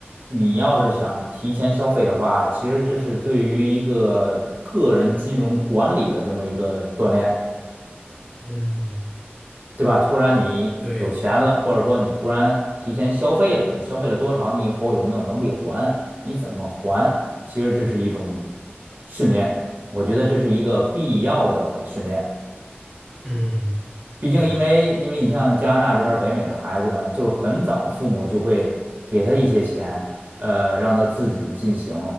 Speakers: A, on the right; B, in the centre.
A: 你要是想提前消费的话，其实这是对于一个个人金融管理的这么一个锻炼，
B: 嗯，
A: 对吧？突然你有钱了，
B: 对，
A: 或者说你突然提前消费了，你消费了多少？你以后有没有能力还？你怎么还？其实这是一种训练，我觉得这是一个必要的训练。
B: 嗯，
A: 毕竟，
B: 对，
A: 因为因为你像加拿大这边儿北美的孩子们，就是很早父母就会给他一些钱，呃，让他自己进行